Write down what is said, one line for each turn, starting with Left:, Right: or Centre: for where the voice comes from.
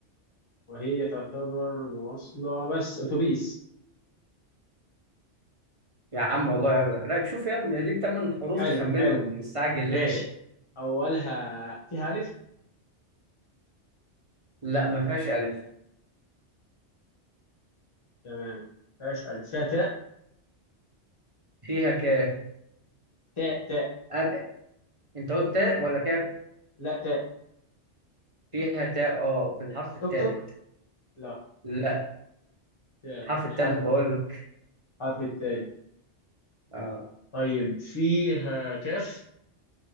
Left: وهي تعتبر مواصلة بس أتوبيس
Right: يا عم والله يا ابني رايك شوف يا ابني ليك تمن حروف
Left: حلو
Right: تخمنهم
Left: حلو
Right: مستعجل
Left: ماشي
Right: ليه
Left: أولها فيها ألف
Right: لا ما فيهاش الف
Left: تمام فيهاش ألف فيها تاء
Right: فيها كاف
Left: تاء تاء
Right: أب... انت قلت تاء ولا كاف
Left: لا تاء
Right: فيها تاء اه في الحرف الثالث
Left: توك توك لا
Right: لا
Left: تاء
Right: الحرف
Left: في الحرف
Right: الثالث بقول لك
Left: الحرف التالي
Right: آه.
Left: طيب فيها كاف